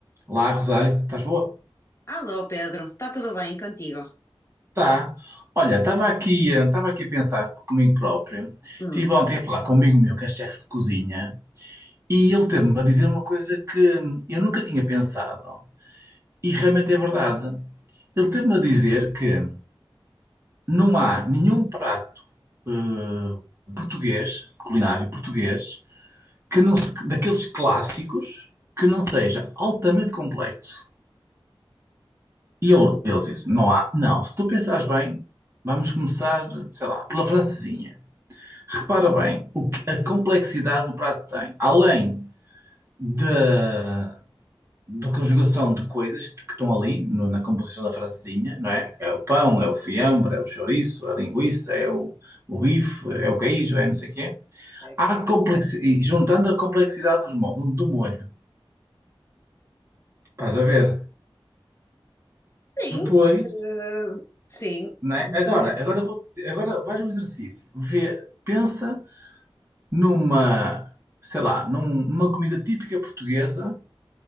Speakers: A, on the right; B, on the left.
A: Olá, Rosário, estás boa?
B: Alô, Pedro, está tudo bem contigo?
A: Tá. Olha, estava aqui, eh, estava aqui a pensar comigo próprio.
B: Hum,
A: Tive ontem a falar com um amigo meu, que é chefe de cozinha, e ele teve-me a dizer uma coisa que hum, eu nunca tinha pensado. E realmente é verdade. Ele teve-me a dizer que não há nenhum prato eh, português, culinário português, que não se- daqueles clássicos que não seja altamente complexo. E ele, ele disse: Não há, não, se tu pensares bem, vamos começar, sei lá, pela francesinha. Repara bem o que, a complexidade do prato tem. Além da, da conjugação de coisas que estão ali no- na composição da francesinha, não é? É o pão, é o fiambre, é o chouriço, é a linguiça, é o, o bife, é o queijo, é não sei o quê.
B: Certo?
A: Há complexidade, juntando a complexidade dos mo- do molho. Estás a ver?
B: Sim,
A: Depois,
B: eh, sim,
A: não é? Agora,
B: também,
A: agora vou, agora faz um exercício. Vê, pensa. numa, sei lá, num- numa comida típica portuguesa